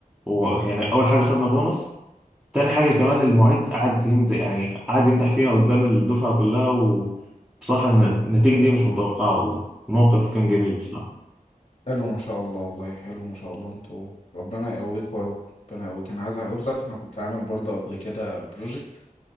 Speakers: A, in the centre; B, on the left.
A: و... يعني اول حاجه خدنا بونص تاني حاجة كمان المعيد قعد يمدح يعني قعد يمدح فينا قدام الدفعة كلها وبصراحة الن- النتيجة دي مش متوقعة والله الموقف كان جميل بصراحة
B: حلو ما شاء الله والله حلو ما شاء الله انتوا ربنا يقويكم يا رب ربنا يقويك انا عايز اقول لك انا كنت عامل برضه قبل كده بروجكت